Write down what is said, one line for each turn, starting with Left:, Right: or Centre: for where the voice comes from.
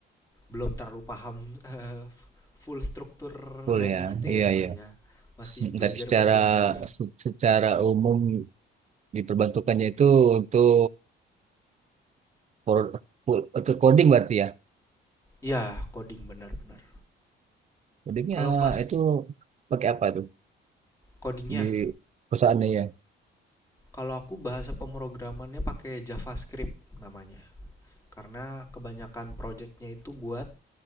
Left: belum terlalu paham <laughs> eh, full struktur
Right: full
Left: dari
Right: ya.
Left: itu
Right: Iya
Left: ya
Right: iya.
Left: ya masih
Right: Hmm,
Left: belajar-belajar
Right: Tapi secara
Left: juga
Right: se- secara umum diperbantukannya itu untuk for, full- untuk coding berarti ya.
Left: iya coding benar benar
Right: Codingnya
Left: kalau Mas
Right: itu pakai apa tuh
Left: codingnya
Right: di perusahaannya ya?
Left: kalau aku bahasa pemrogramannya pakai JavaScript namanya karena kebanyakan projectnya itu buat